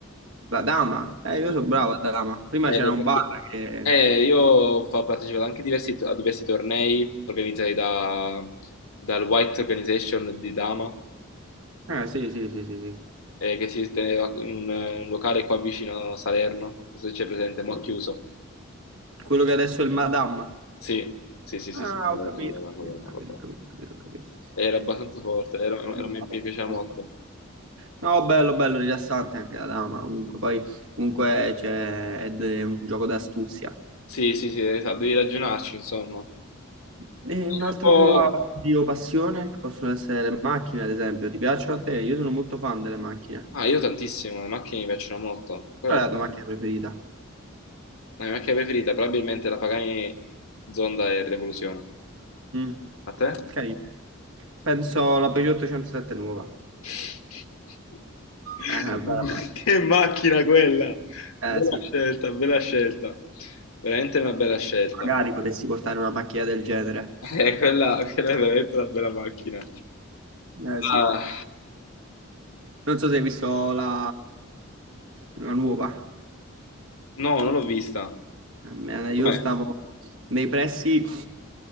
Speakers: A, on the right; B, on the left.
A: La dama, eh,
B: Sì.
A: io sono bravo a dama. Prima
B: Eh,
A: c'era un
B: perché-
A: bar che...
B: eh, io ho fa- partecipato anche diversi- a diversi tornei organizzati da- dal White Organization di Dama,
A: Eh, sì, sì, sì, sì, sì.
B: eh, che si teneva in un, un locale qua vicino a Salerno, non so se c'è presente, ma chiuso.
A: Quello che adesso è il Madame.
B: Sì, sì, sì,
A: Ah,
B: sì, sì, quello
A: ho capito,
B: là, quello là,
A: ho capito,
B: quello là,
A: ho capito,
B: quello là.
A: ho capito, ho capito. ho capito.
B: Era abbastanza forte, era- era-
A: Pure...
B: mi, mi piaceva molto.
A: No, bello, bello, rilassante anche la dama. Comunque, poi, comunque c'è, ed è un gioco d'astuzia.
B: Sì, sì, sì, esatto, devi ragionarci, insomma.
A: E un'altra
B: È un po',
A: tua io, passione, che possono essere le macchine, ad esempio, ti piacciono a te? Io sono molto fan delle macchine.
B: Ah, io tantissimo, le macchine mi piacciono molto. Quella
A: Qual
B: è
A: è la tua macchina preferita?
B: la mia macchina preferita, probabilmente la Pagani Zonda e Revoluzione.
A: Mm.
B: A te?
A: Carino. Penso la Peugeot 807 nuova.
B: <laughs>
A: È una bella macchina.
B: Che macchina quella!
A: Eh
B: Bella
A: sì,
B: scelta, bella scelta. Veramente una bella scelta.
A: magari
B: <laughs>
A: potessi portare una macchina del genere.
B: Eh, quella, quella è veramente una bella macchina.
A: Eh sì.
B: Ah,
A: Non so se hai visto la, la nuova.
B: no, non l'ho vista.
A: Eh,
B: Com'è?
A: Io stavo nei pressi